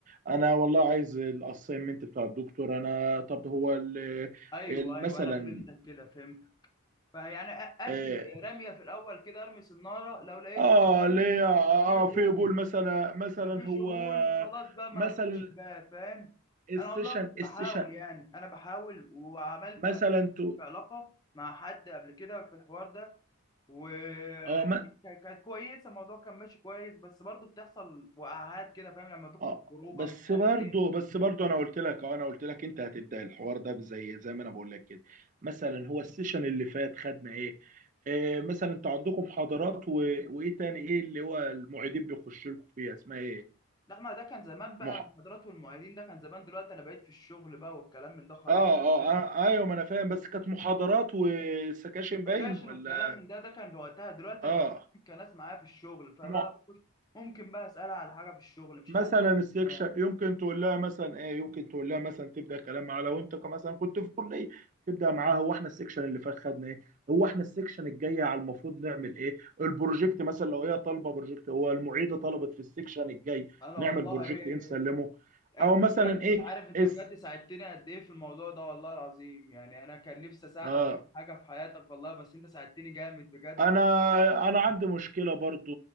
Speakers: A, on the right; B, on the left.
A: آه، انا والله عايز الاساينمنت بتاع الدكتور انا طب هو ال-
B: ايوه
A: ال-
B: ايوه
A: مثلا
B: انا فهمتك كده فهمت فيعني أ- ادي
A: اه
B: رميه في الاول كده ارمي صناره لو لقيت
A: آه،
B: قبول
A: ليه اه
B: في
A: في
B: قبول
A: قبول مثلا مثلا
B: مفيش
A: هو
B: قبول خلاص بقى
A: مثلا
B: ما ادقش الباب فاهم
A: السيشن
B: انا والله كنت بحاول
A: السيشن
B: يعني انا بحاول وعملت
A: مثلا
B: في
A: تو
B: علاقه مع حد قبل كده في الحوار ده ويعني
A: اه
B: كا- كانت كويسه الموضوع كان ماشي كويس بس برضه بتحصل وقعات كده فاهم لما تخرج
A: اه
B: خروجه
A: بس
B: مش عارف
A: برضو
B: ايه
A: بس برضو انا قلت لك اه انا قلت لك انت هتبدا الحوار ده زي زي ما انا بقول لك كده مثلا هو السيشن اللي فات خدنا ايه آه مثلا انتوا عندكم محاضرات و... وايه تاني ايه اللي هو المعيدين بيخشوا لكم فيها اسمها ايه
B: لا ما ده كان زمان بقى
A: مح...
B: المحاضرات والمعيدين ده كان زمان دلوقتي انا بقيت في الشغل بقى والكلام من ده خلاص
A: اه اه
B: فاهم
A: اه ايوه ما انا فاهم بس كانت محاضرات وسكاشن
B: والسكاشن
A: باين ولا
B: والكلام من ده ده كان وقتها دلوقتي
A: اه
B: انا بقيت كناس معايا في الشغل فبقى
A: مع...
B: بخش ممكن بقى اسالها على حاجه في الشغل مش
A: مثلا
B: عارف ايه
A: السكشن
B: بتاع
A: يمكن تقول لها مثلا ايه يمكن تقول لها مثلا تبدا كلام معاها لو انت ك- مثلا كنت في كليه تبدا معاها هو احنا السكشن اللي فات خدنا ايه هو احنا السكشن الجاي على المفروض نعمل ايه البروجكت مثلا لو هي طالبه بروجكت هو المعيده طلبت في السكشن الجاي
B: انا
A: نعمل
B: والله
A: بروجكت
B: ايه
A: ايه نسلمه
B: انت
A: او مثلا
B: بجد
A: ايه
B: مش عارف انت
A: اس
B: بجد ساعدتني قد ايه في الموضوع ده والله العظيم يعني انا كان نفسي اساعدك
A: اه
B: في اي حاجه في حياتك والله بس انت ساعدتني جامد بجد
A: انا انا عندي مشكله برضو